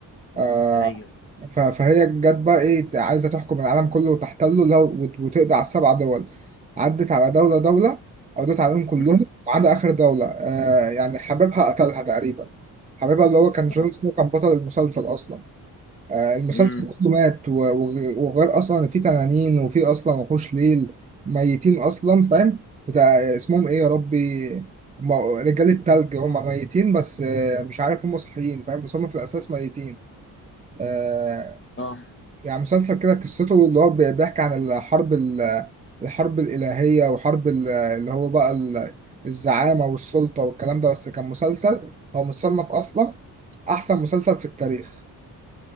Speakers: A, on the right (about 15°); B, on the left (about 25°).
A: آه
B: ايوه
A: ف- فهي جت بقى ايه عايزة تحكم العالم كله وتحتله لو وت- وتقضي على السبع دول عدت على دولة دولة قضت عليهم كلهم
B: مم.
A: ما عدا آخر دولة آه يعني حبيبها قتلها تقريبا حبيبها اللي هو كان جون
B: اه
A: سنو كان بطل المسلسل أصلا آه، المسلسل
B: مم.
A: كله مات و- و- وغير اصلا إن في تنانين وفي اصلا وحوش ليل ميتين اصلا فاهم بتاع اسمهم ايه يا ربي هم رجال التلج هم ميتين بس آه، مش عارف هم صحيين فاهم بس هم في الاساس ميتين آه،
B: اه
A: يعني مسلسل كده قصته اللي هو بي- بيحكي عن الحرب ال- الحرب الالهيه وحرب ال- اللي هو بقى ال- الزعامه والسلطه والكلام ده بس كان مسلسل هو متصنف اصلا احسن مسلسل في التاريخ